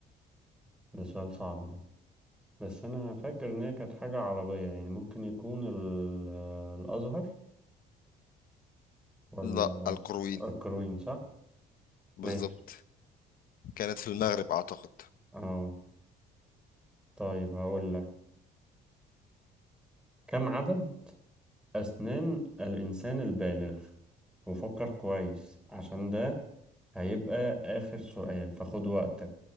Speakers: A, in the centre; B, on the left.
A: ده سؤال صعب ده بس انا فاكر ان هي كانت حاجة عربية يعني ممكن يكون ال... آه، الازهر ولا
B: لا القرويين
A: الكروين صح؟
B: بالظبط
A: ماشي
B: كانت في المغرب اعتقد
A: اه طيب هقول لك كم عدد أسنان الإنسان البالغ وفكر كويس عشان ده هيبقى آخر سؤال فخد وقتك